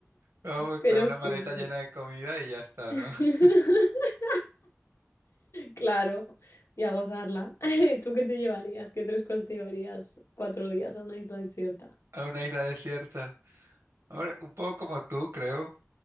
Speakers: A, on the right (about 65°); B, on the left (about 70°).
A: No, pues,
B: Pero
A: claro, una
B: sí,
A: maleta
B: sí.
A: llena de comida y ya está,
B: <laughs>
A: ¿no? <laughs>
B: Claro, y a gozarla. <laughs> ¿Tú qué te llevarías? ¿Qué tres cosas te llevarías cuatro días a una isla desierta?
A: A una isla desierta. Ahora, un poco como tú, creo.